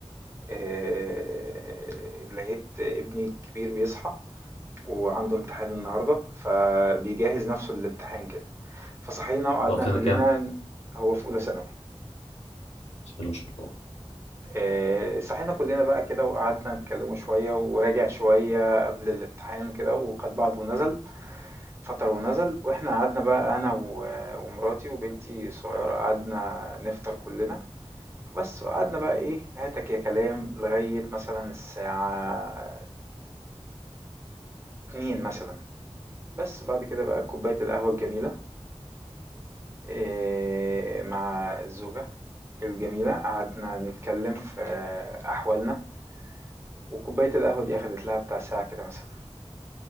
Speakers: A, on the right; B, on the left.
A: آه، لقيت ابني الكبير بيصحى وعنده امتحان النهاردة فبيجهز نفسه للامتحان كده فصحينا وقعدنا
B: ضربت
A: كلنا
B: لنا كام؟
A: هو في أولى ثانوي
B: بسم الله ما شاء الله
A: آه، صحينا كلنا بقى كده وقعدنا نتكلموا شوية وراجع شوية قبل الامتحان كده وقد بعض ونزل فطر ونزل واحنا قعدنا بقى انا و- ومراتي وبنتي الصغيرة قعدنا نفطر كلنا بس وقعدنا بقى ايه هاتك يا كلام لغاية مثلا الساعة اتنين مثلا بس بعد كده بقى كوباية القهوة الجميلة إيه مع الزوجة الجميلة قعدنا نتكلم في أحوالنا وكوباية القهوة دي أخدت لها بتاع ساعة كده مثلا